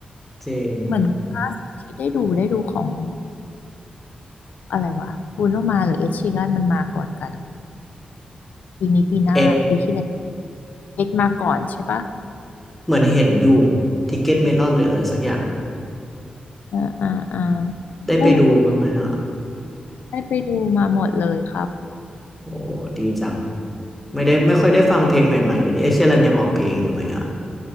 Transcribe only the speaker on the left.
เหมือนล่าสุดที่ได้ดูได้ดูของ อะไรวะบรูโนมาหรือเอ็ชีรันมันมาก่อนกันปีนี้ปีหน้าปีที่แล้ว
เอ็ดมาก่อนใช่ปะ
อ่าอ่าอ่า
เออได้ไปดูมาหมดเลยครับ